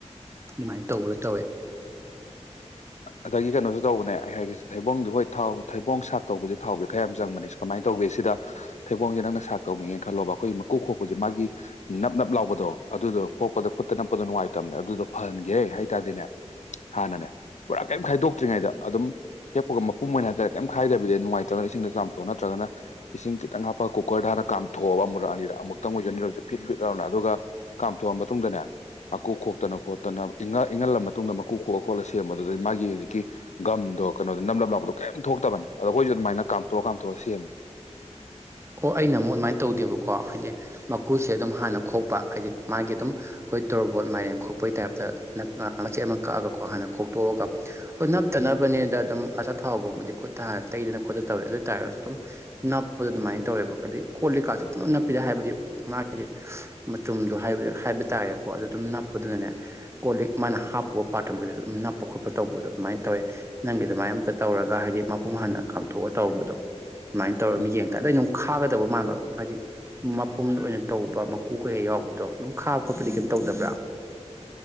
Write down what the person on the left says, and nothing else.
ꯑꯗꯒꯤ ꯀꯩꯅꯣꯖꯨ ꯇꯧꯕꯅꯦ ꯑꯩ ꯍꯥꯏꯒꯁꯦ ꯊꯩꯕꯣꯡꯗꯤ ꯍꯣꯏ ꯊꯥꯎ ꯊꯩꯕꯣꯡ ꯁꯥꯛ ꯇꯧꯕꯁꯦ ꯊꯥꯎꯗꯤ ꯈꯔ ꯌꯥꯝ ꯆꯪꯕꯅꯦ꯫ ꯀꯃꯥꯏ ꯇꯧꯒꯦ ꯁꯤꯗ ꯊꯩꯕꯣꯡꯖꯦ ꯅꯪꯅ ꯁꯥꯛ ꯇꯧꯅꯤꯡꯉꯦ ꯈꯜꯂꯣꯕ ꯑꯈꯣꯏꯒꯤ ꯃꯀꯨ ꯈꯣꯛꯄꯖꯦ ꯃꯥꯒꯤ ꯅꯞ ꯅꯞ ꯂꯥꯎꯕꯗꯣ ꯑꯗꯨꯗꯣ ꯀꯣꯛꯄꯗꯣ ꯈꯨꯠꯇ ꯅꯞꯄꯗꯣ ꯅꯨꯡꯉꯥꯏꯇꯝꯅꯦ ꯑꯗꯨꯗꯣ ꯐꯍꯟꯒꯦ ꯍꯥꯏ ꯇꯥꯔꯗꯤꯅꯦ ꯍꯥꯟꯅꯅꯦ ꯄꯨꯔꯥ ꯀꯩꯝ ꯈꯥꯏꯗꯣꯛꯇ꯭ꯔꯤꯉꯩꯗ ꯑꯗꯨꯝ ꯍꯦꯛꯄꯒ ꯃꯄꯨꯝ ꯑꯣꯏꯅ ꯍꯥꯏꯇꯥꯔꯦ ꯀꯩꯝ ꯈꯥꯏꯗꯕꯤꯗ ꯅꯨꯡꯉꯥꯏꯇ꯭ꯔꯒ ꯏꯁꯤꯡꯗ ꯆꯥꯝꯊꯣꯛꯑꯣ ꯅꯠꯇ꯭ꯔꯒꯅ ꯏꯁꯤꯡ ꯈꯤꯇꯪ ꯍꯥꯞꯄꯒ ꯀꯨꯀꯔꯗ ꯍꯥꯟ ꯀꯥꯝꯊꯣꯛꯑꯕ ꯑꯃꯨꯨꯔꯛꯑꯅꯤꯔ ꯑꯃꯨꯛꯇꯪ ꯑꯣꯏꯁꯨ ꯑꯅꯤꯔꯛꯁꯨ ꯐꯤꯠ ꯐꯤꯠ ꯂꯥꯎꯅ ꯑꯗꯨꯒ ꯀꯥꯝꯊꯣꯛꯑ ꯃꯇꯨꯡꯗꯅꯦ ꯃꯀꯨ ꯈꯣꯛꯇꯅ ꯈꯣꯠꯇꯅ ꯏꯪꯉ ꯏꯪꯍꯜꯂ ꯃꯇꯨꯡꯗ ꯃꯀꯨ ꯈꯣꯛꯑ ꯈꯣꯛꯂ ꯁꯦꯝꯃꯅꯤ ꯑꯗꯨꯗꯩ ꯃꯥꯒꯤ ꯍꯨꯖꯤꯛꯀꯤ ꯒꯝꯗꯣ ꯀꯩꯅꯣꯗꯣ ꯅꯝꯂꯞ ꯂꯥꯎꯕꯗꯣ ꯀꯩꯝ ꯊꯣꯛꯇꯥꯕꯅꯤ ꯑꯗꯣ ꯑꯩꯈꯣꯏꯖꯨ ꯑꯗꯨꯃꯥꯏꯅ ꯀꯥꯝꯊꯣꯛ ꯀꯥꯝꯊꯣꯛꯑ ꯁꯦꯝꯃꯦ
ꯎꯝ